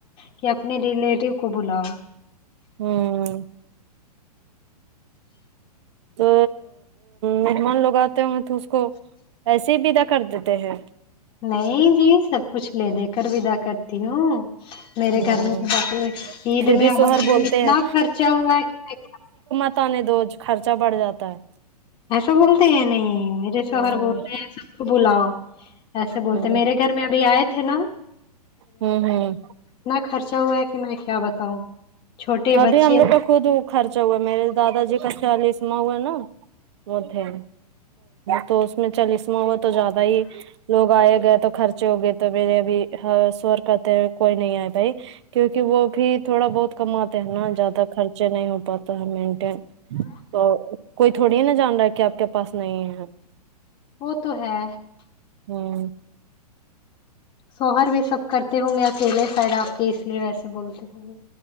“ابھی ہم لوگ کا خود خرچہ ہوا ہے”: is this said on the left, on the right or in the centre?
Right